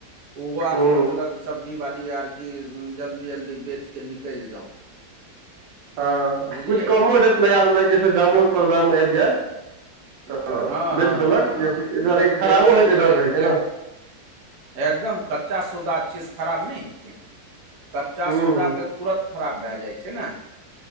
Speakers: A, on the right (about 60°); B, on the right (about 80°).
A: ओहो आर
B: ह
A: सोचलक सब्जी बाली आर कि जल्दी जल्दी बेचि कऽ निकलि जाउ
B: हँ
A: बुझलियै
B: कुछ कमो रेट लगा देलक जैसे दामोप दाम आबि जाय तऽ
A: हँ हँ
B: बेच
A: हँ
B: देलक जैस एहि दुआरे
A: जब बुझै
B: खराबो
A: छै
B: होयके
A: ग
B: डर रहै छै न
A: एकदम कच्चा सौदा छिय खराब नहि हेतै कच्चा
B: हू
A: सौदा
B: हू
A: तऽ तुरत खराब भए जाइ छै न